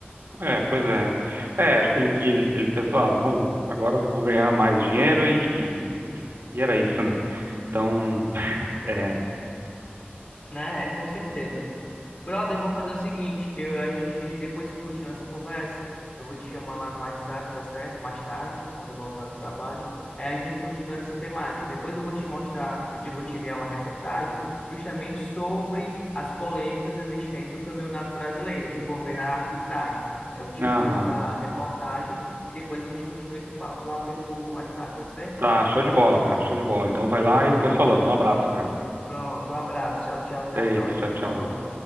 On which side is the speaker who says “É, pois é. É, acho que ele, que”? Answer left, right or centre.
Right